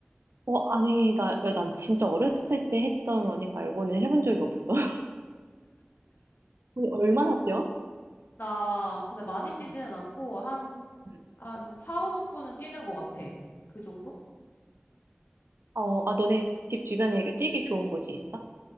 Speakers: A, on the right; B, on the left.
A: 어, 아니, 나, 그러니까 난 진짜 어렸을 때 했던 러닝 말고는 해본 적이 없어. <laughs> 그거 얼마나 뛰어?
B: 나 근데 많이 뛰지는
A: 응.
B: 않고 한,
A: 응.
B: 한 4, 50분은 뛰는 것 같아. 그 정도?
A: 어, 아, 너네 집 주변에 이게 뛰기 좋은 곳이 있어?